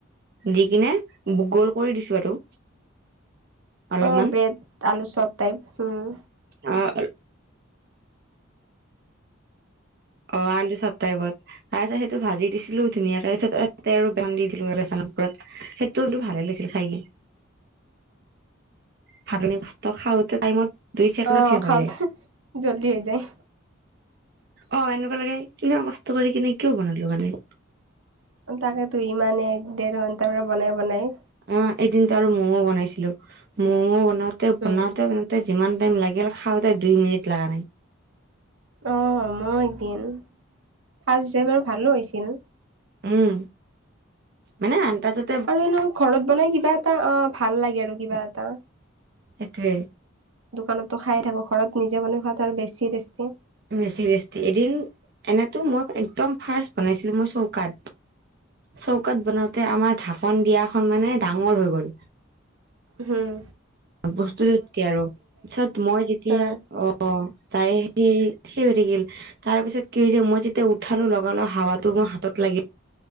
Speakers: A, on the right; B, on the right.
A: দি কিনে বু গোল কৰি দিছো আৰু। অলপমান
B: অ ব্ৰেড আলু চব টাইপ উম।
A: অঁ' আল অঁ' আলু চব টাইপত। খাই চাই সেইটো ভাজি দিছিলো ধুনীয়াকে ততে আৰু ভেন্দি দি দিলো আৰু বেচনৰ ওপৰত সেইো কিন্তটো ভালে লাগিলে খাইকে
B: <inaudible>
A: ভাতনি বস্তু খাওঁতে টাইমত দুই ছেকেণ্ডত
B: অ
A: শেষ
B: খাওঁতে
A: হৈ যায়
B: জল্দি হৈ যায়।
A: অঁ' এনেকুৱা লাগে ইমান কষ্ট কৰি কিনে কিয় বনালো মানে।
B: তাকেতো ইমানে এক দেৰ ঘন্টাৰ পৰা বনাই বনাই
A: অঁ' এদিনত তাৰ ম'ম বনাইছিলো ম'ম' বনাওতে বনাওতে
B: উম,
A: মানে। বনাওতে যিমান টাইম লাগিল খাওঁতে দুই মিনিট লাগা নাই।
B: অঁ মোৰ একদিন, ফাৰ্ষ্ট যে বাৰু ভালো হৈছিল।
A: উম মানে আন্দাজত।
B: আৰু এনে ঘৰত বনাই কিবা এটা অঁ' ভাল লাগে আৰু কিবা এটা
A: সেইটোৱে।
B: দোকানতো খাই থাকো ঘৰত নিজে বান খোৱাতো আৰু বেছি টেষ্টি।
A: বেছি বেছি এদিন এনেতো মই একদম ফাৰ্ষ্ট বনাইছিলোঁ, মই চৌকাত চৌকাত বনাওতে আমাৰ ঢাকন দিয়াখন মানে ডাঙৰ হৈ গল।
B: উম।
A: বস্তুটোতকে আৰু পিছত মই যেতিয়া
B: হা
A: অঁ' অঁ' তাই সেই থিয় হৈ থাকিল। তাৰ পিছত কি হৈছে মই যেতিয়া উঠালো লগা লগ হাৱাতটো মোৰ হাতত লাগিল।